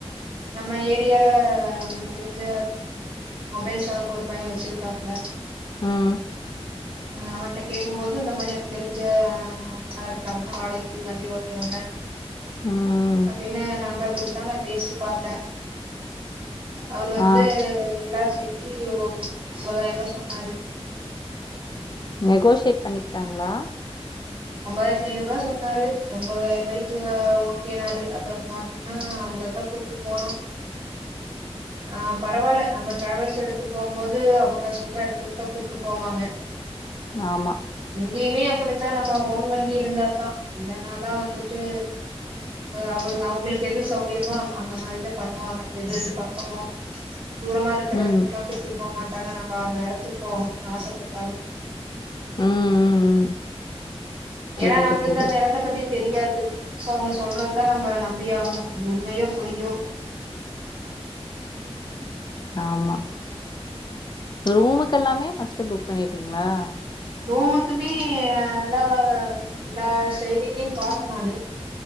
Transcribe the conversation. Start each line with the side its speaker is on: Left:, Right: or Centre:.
Right: நம்ம ஏரியாவால நம்மளுக்கு தெரிஞ்ச மொபைல் ஷாப் ஒரு பையன் வெச்சிருக்காப்பலே
Left: ம்
Right: அவன்ட்ட கேட்கும் போது இந்த மாரி எனக்கு தெரிஞ்ச ஆள் இருக்காங்க வாடைக்கு வண்டி ஓட்டுறவங்க
Left: ம்
Right: அப்டின்னா என் நம்பர் கொடுத்தான் நான் பேசி பாத்தேன் அவரு வந்து
Left: ஆ
Right: எல்லாரும் சேத்தி ஒ ஒன்பதாயிரம் ரூபா சொன்னாரு
Left: நெகோஷியேட் பண்ணிக்கிட்டாங்களா
Right: ஒன்பதாயிரத்தி ஐநூருவா சொன்னாரு ஒன்பதாயிரம் ரூபாய்க்கு ஓகேனாரு அப்பறம் பொண்ணு அவங்கள்ட போணோம் ஆ பரவாயில்ல நம்ம டிராவல்ஸ் எடுத்து போகும்போது அவங்க சொல்ற இடத்துக்கு தான் கூப்ட்டு போவாங்க <inaudible>
Left: ஆமா
Right: இங்கேமே அப்டித்தான் நம்ம ஓன் வண்டி இருந்தா தான் இல்லனாலா வந்துட்டு அவங்க அவங்களுக்கு எது சௌரியமோ அந்த மாரி தான் பண்ணுவாங்க எது எ ரெம்போ தூரமா இருக்கிற
Left: ம்.
Right: இடத்துக்குல்லாம் கூட்டு போமா நம்ம அந்த இடத்துக்கு போகணும்னு ஆசப்பட்டாலும்
Left: ம் ம் ம் புரியுது,
Right: எனா நம்ளுக்கு
Left: புரியுது.
Right: அந்த எடத்த பத்தி தெரியாது சோ அவுங்க சொல்றத நம்ப நம்பி ஆகணு அது உண்மையோ பொய்யோ
Left: ஆமா ரூமுக்குல்லாமே ஃபஸ்ட்டே புக் பண்ணிட்டீங்களா
Right: ரூமுக்குமே எல்லா எல்லா செயலிலியும் பாத்தே நானு